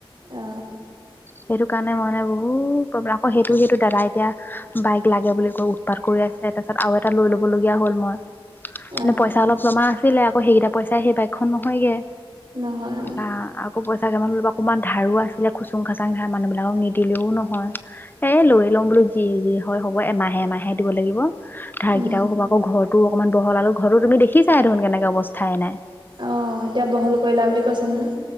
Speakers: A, on the right (about 55°); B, on the left (about 20°).
A: অ।
B: সেইটো কাৰণে মানে বহুত প্ৰব্লেম আকৌ সেইটো সেইটো দাদা এতিয়া বাইক লাগে বুলি কয় উৎপাত কৰি আছে তাৰপাছত আৰু এটা লৈ ল'ব লগীয়া হ'ল মই। মানে
A: অ'
B: পইচা অলপ জমা আছিলে। আকৌ সেইকেইটা পইচাই সেই বাইকখন নহয়গে।
A: নহয় অ'
B: বা। আকৌ পইচা কিান অকণমান ধাৰো আছিলে। খুচুং খাচাং ধাৰ মানুহবিলাকক নিদিলেও নহয়। এ লৈ ল'ম বোলো যি যি হয় হ'ব, এমাহে এমাহে দিব লাগিব ধাৰ
A: উম,
B: কেইটাক হ'ব আকৌ ঘৰৰতো অকণমান বহল আৰু ঘৰ তুমি দেখিছা দেখোন কেনেকে অৱস্থাই নাই।
A: অ এতিয়া বহল কৰিলা বুলি কৈছে নহয়।